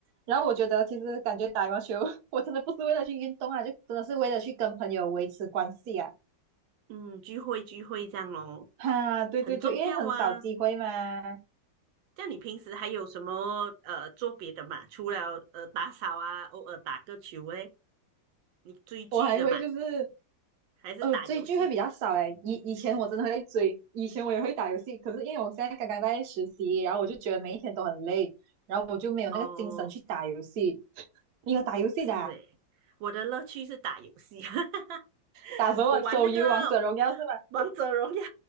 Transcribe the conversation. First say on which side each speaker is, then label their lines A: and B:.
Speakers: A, on the right (about 65°); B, on the right (about 80°).
A: 然后我觉得其实感觉打羽毛球，<laughs> 我真的不是为了去运动啊，就真的是为了去跟朋友维持关系啊，
B: 嗯，聚会聚会这样咯，
A: 哈、对对对，
B: 很重要啊。
A: 因为很少机会嘛。
B: 这样你平时还有什么呃做别的嘛？除了呃打扫啊，偶尔打个球诶，你追剧的嘛，
A: 我还会就是，
B: 还是打游戏？
A: 呃，追剧会比较少哎。以以前我真的会追，以前我也会打游戏，可是因为我现在刚刚在实习，然后我就觉得每一天都很累，然后我就没有那个精神去打游戏。
B: 哦，
A: <laughs> 你有打游戏的啊
B: 是诶，我的乐趣是打游戏。<laughs>
A: 打什么？
B: 我玩那个
A: 手游《王者荣耀》是吧？
B: 王者荣耀